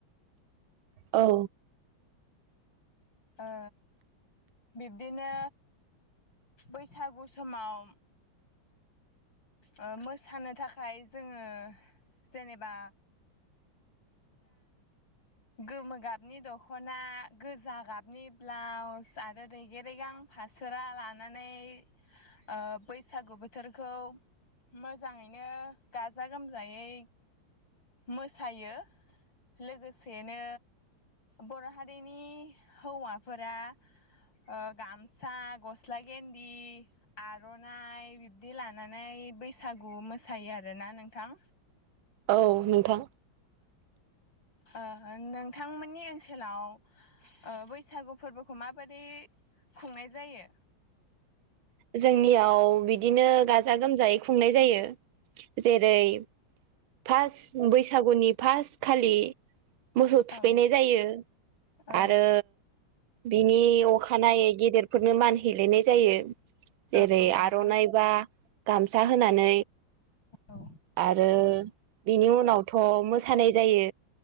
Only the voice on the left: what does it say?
ओ बिब्दिनो बैसागु समाव ओ मोसानो थाखाय जोङो जेनेबा गोमो गाबनि दख'ना गोजा गाबनि ब्लाउस आरो रेगेरेगां फासोरा लानानै ओ बैसागु बोथोरखौ मोजाङैनो गाजा गोमजायै मोसायो लोगोसेनो बर' हारिनि हौवाफोरा ओ गामसा गस्ला गेन्दि आर'नाइ बिब्दि लानानै बैसागु मोसायो आरोना नोंथां
ओ नोंथांमोननि ओनसोलाव ओ बैसागु फोरबोखौ माबादियै खुंनाय जायो?
औ
औ
औ नोंथां
औ